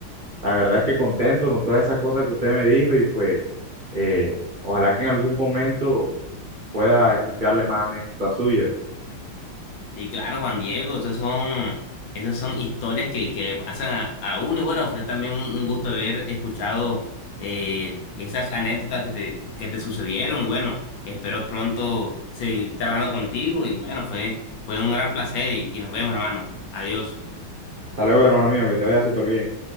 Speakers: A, on the right; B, on the left.
A: La verdad es que contento con todas esas cosas que usted me dijo y pues, eh, ojalá que en algún momento pueda escucharle más anécdotas suyas.
B: Y claro, Juan Diego, esas son, esas son historias que, que le pasan a, a uno. Y bueno, fue también un, un gusto haber escuchado eh, esas anécdotas que te, que te sucedieron. Y bueno, espero pronto seguir charlando contigo. Y bueno, fue, fue un gran placer y, y nos vemos, hermano. Adiós.
A: Hasta luego, hermano mío, que te vaya súper bien.